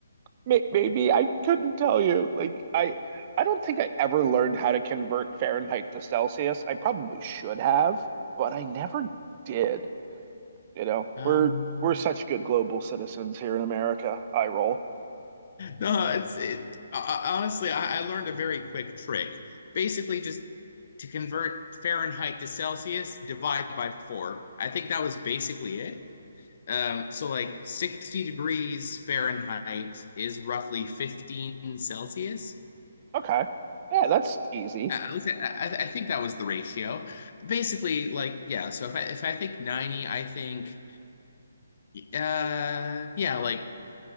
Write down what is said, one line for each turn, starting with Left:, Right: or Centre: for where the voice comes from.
Right: May- Maybe I couldn't tell you. Like I, I don't think I ever learned how to convert Fahrenheit to Celsius. I probably should have, but I never did. You know,
Left: Um,
Right: we're we're such good global citizens here in America. I roll.
Left: no, it's it. I, honestly, I, I learned a very quick trick. Basically, just to convert Fahrenheit to Celsius, divide by four. I think that was basically it. Um, so like 60 degrees Fahrenheit is roughly 15 Celsius.
Right: Okay. Yeah, that's easy.
Left: I, I, I think that was the ratio. Basically, like yeah. So if I if I think 90, I think uh yeah, like